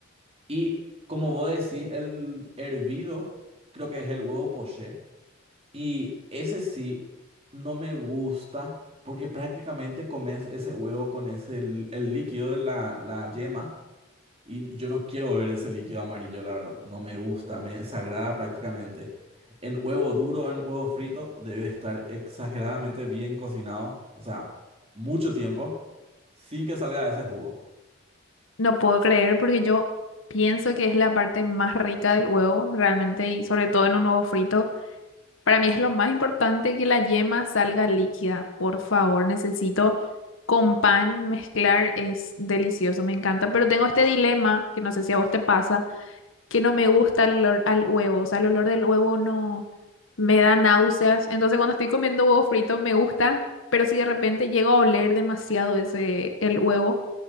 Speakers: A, on the right; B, on the left.
A: Y como vos decís, el hervido, creo que es el huevo poché. Y ese sí, no me gusta, porque prácticamente comes ese huevo con ese, el, el líquido de la, la yema. Y yo no quiero ver ese líquido amarillo, la verdad. No me gusta, me desagrada prácticamente. En huevo duro, en huevo frito, debe estar exageradamente bien cocinado. O sea, mucho tiempo sin que salga ese jugo.
B: No puedo creer porque yo pienso que es la parte más rica del huevo, realmente, y sobre todo en un huevo frito. Para mí es lo más importante que la yema salga líquida. Por favor, necesito con pan mezclar, es delicioso, me encanta. Pero tengo este dilema, que no sé si a vos te pasa que no me gusta el olor al huevo, o sea, el olor del huevo no me da náuseas. Entonces, cuando estoy comiendo huevo frito me gusta, pero si de repente llego a oler demasiado ese el huevo,